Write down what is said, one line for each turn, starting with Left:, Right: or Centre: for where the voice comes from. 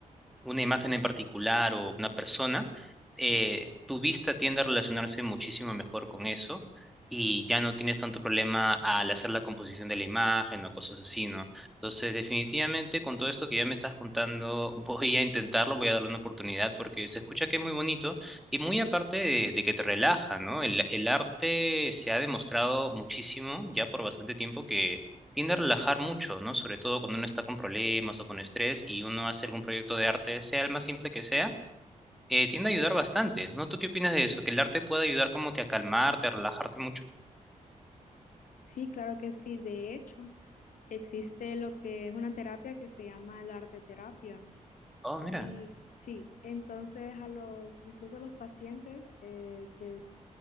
Centre: una imagen en particular o una persona, eh, tu vista tiende a relacionarse muchísimo mejor con eso y ya no tienes tanto problema al hacer la composición de la imagen o cosas así, ¿no? Entonces, definitivamente con todo esto que ya me estás contando, <laughs> voy a intentarlo, voy a darle una oportunidad porque se escucha que es muy bonito y muy aparte de, de que te relaja, ¿no? El, el arte se ha demostrado muchísimo ya por bastante tiempo que tiende a relajar mucho, ¿no? Sobre todo cuando uno está con problemas o con estrés y uno hace algún proyecto de arte, sea el más simple que sea, eh, tiende a ayudar bastante, ¿no? ¿Tú qué opinas de eso? ¿Que el arte puede ayudar como que a calmarte, a relajarte mucho?
Left: Sí, claro que sí. De hecho. Existe lo que es una terapia que se llama la arte terapia.
Centre: Oh, mira.
Left: Y sí, entonces a los, incluso a los pacientes eh, que, o